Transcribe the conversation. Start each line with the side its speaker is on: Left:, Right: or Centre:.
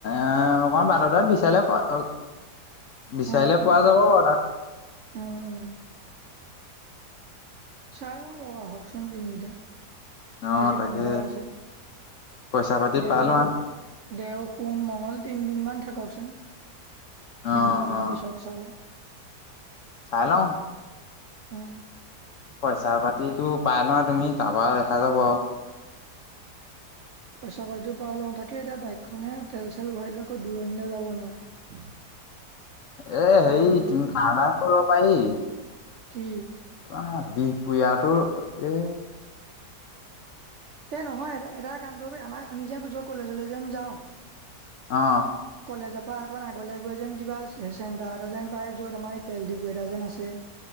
Left: <unintelligible> অকণমান বাটতে বিচাৰিলে পোৱা অ বিচাৰিলে
Right: উম,
Left: পোৱা
Right: উম,
Left: যাব অ তাত।
Right: উম, উম। চাই লওঁ বাও আহকচোন দিনকেইটা।
Left: অ
Right: আজি
Left: তাকে
Right: শনিবাৰ হৈছে,
Left: পইচা পাতি
Right: দেও-
Left: পাই লোৱা
Right: দেও, সোম, মঙ্গল তিনিদিনমান থাককচোন। তিনদিনমানৰ
Left: অ অ
Right: পিছত চালো।
Left: চাই লওঁ।
Right: উহ
Left: পইচা পাতিটো পাই লোৱা তুমি তাপা দেখা যাব আও।
Right: পইচা পাতিও পাই লওঁ তাকে এতিয়া বাইকখনে তেল চেল ভৰাই লৈ আকৌ দূৰণিলৈ যাব নোৱাৰে।
Left: এ
Right: প্ৰব্লেমটো
Left: হেৰি
Right: সেইটো,
Left: তুমি কাঢ়া কৰিব পাৰি।
Right: কি
Left: তোমাৰ বিহ পোৰিয়াতো এ
Right: সেই নহয় এ এটা কাম কৰিব আমাৰ আমি যে য কলেজলে যেন যাও।
Left: অ
Right: কলেজৰ পৰা অকন আগলে গৈ যেন কিবা চেণ্টাৰ এটা যেন পায় য'ত আমাৰ তেল ডিপু এটা যেন আছে।